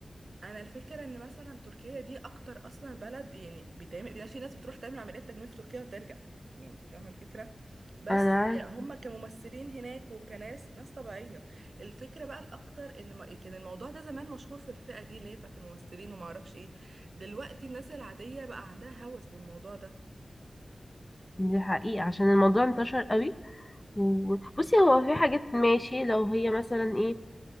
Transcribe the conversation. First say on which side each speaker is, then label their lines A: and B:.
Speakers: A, on the right; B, on the left.
A: انا الفكره ان مثلا تركيا دي اكتر اصلا بلد يعني بيتعمل يعني في ناس بتروح تعمل عمليات تجميل في تركيا وترجع يعني فاهمه الفكره بس
B: انا عارف
A: هم كممثلين هناك وكناس ناس طبيعيه الفكره بقى الاكتر ان ما- كان الموضوع ده زمان مشهور في الفئه دي اللي هي بتاعت الممثلين وما اعرفش ايه دلوقتي الناس العاديه بقى عندها هوس بالموضوع ده
B: دي حقيقة عشان الموضوع انتشر قوي وبصي هو في حاجات ماشي لو هي مثلا ايه